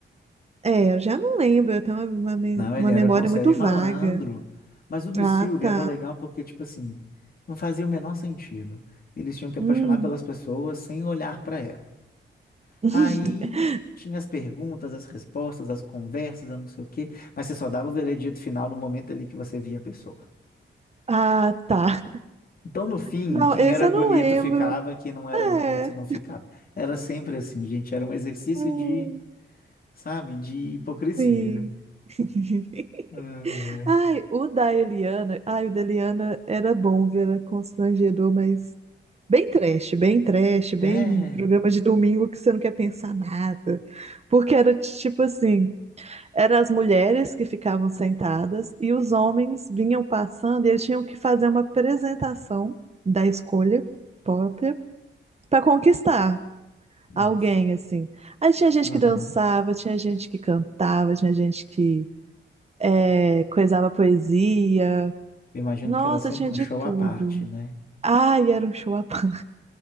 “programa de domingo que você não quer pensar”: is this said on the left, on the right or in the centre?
Right